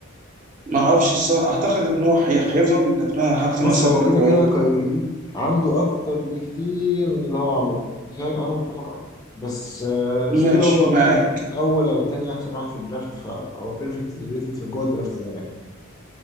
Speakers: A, on the right; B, on the left.
A: ما اعرفش الصراحه اعتقد ان هو حي... هيفضل ندمان على حركه
B: بص
A: ان هو ساب
B: هو
A: لبرون
B: كده كده كايري عنده اكتر بكتير من اللي هو عمله دي حاجة حاجة متفق عليها بس
A: ماشي
B: ستيل هو
A: معاك
B: ممكن يكون اول او تاني احسن واحد في الدرافت فهو بيرفكتلي ريتد في جوه الدرافت ده يعني